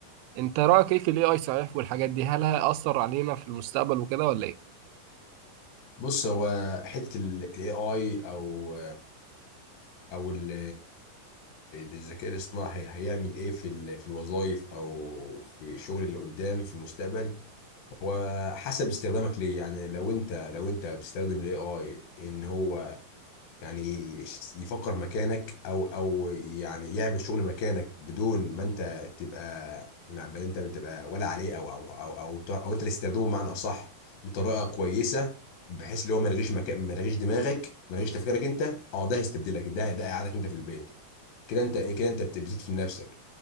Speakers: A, on the right; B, on the left.
A: أنت رأيك إيه في ال AI صحيح والحاجات دي هل هيأثر علينا في المستقبل وكده ولا إيه؟
B: بص هو حته الاي اي او او ال- الذكاء الاصطناعي هيعمل ايه في ال- في الوظائف او في الشغل اللي قدام في المستقبل هو حسب استخدامك ليه يعني لو انت لو انت بتستخدم الاي اي ان هو يعني يش- يفكر مكانك او او يعني يعمل شغل مكانك بدون ما انت تبقى ما ما انت تبقى ولا عليه او او او او, ت- أو انت اللي تستخدمه بمعنى اصح بطريقه كويسه بحيث اللي هو ما يلغيش مكان ما يلغيش دماغك ما يلغيش تفكيرك انت اه ده هيستبدلك ده ده قعدك انت في البيت كده انت كده انت بت- بتدفن نفسك